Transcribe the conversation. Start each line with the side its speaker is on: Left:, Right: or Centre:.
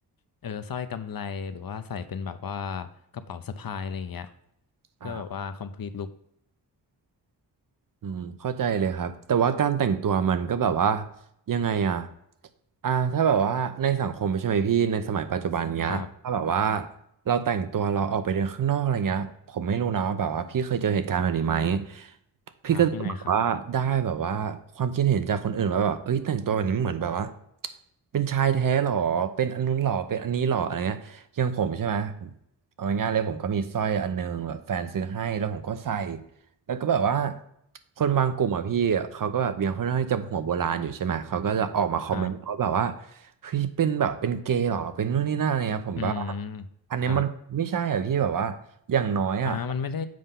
Left: เออสร้อยกำไรหรือว่าใส่เป็นแบบว่ากระเป๋าสะพายอะไรอย่างเงี้ยเพื่อแบบว่า
Right: อ่า
Left: complete look
Right: อืมเข้าใจเลยครับแต่ว่าการแต่งตัวมันก็แบบว่ายังไงอ่ะอ่าถ้าแบบว่าในสังคมใช่ไหมพี่ในสมัยปัจจุบันเนี้ยถ้าแบบว่า
Left: ครับ
Right: เราแต่งตัวเราออกไปเดินข้างนอกอะไรเงี้ยผมไม่รู้นะว่าแบบว่าพี่เคยเจอเหตุการณ์แบบนี้ไหมพี่ก็จะแบบว่าได้แบบว่าความคิดเห็นจากคนอื่นว่าแบบเอ้ยแต่งตัวแบบนี้เหมือนแบบว่า
Left: ครับยังไงครับ
Right: เป็นชายแท้หรอเป็นอันนู้นหรอเป็นอันนี้หรออะไรเงี้ยอย่างผมใช่ไหมเอาง่ายๆเลยผมก็มีสร้อยอันนึงแบบแฟนซื้อให้แล้วผมก็ใส่ แล้วก็แบบว่าคนบางกลุ่มอ่ะพี่เขาก็แบบยังค่อนข้างที่จะหัวโบราณอยู่ใช่ไหมเขาก็จะออกมาคอมเมนต์ว่าแบบว่า
Left: ครับ
Right: เฮ้ยเป็นแบบเป็นเกย์เหรอเป็นนู่นนี่นั่นอะไรเงี้ยผมแบบว่า
Left: อืม
Right: อันเนี้ยมันไม่ใช่อ่ะพี่แบบว่าอย่างน้อยอ่ะ
Left: ครับอ่ามันไม่ได้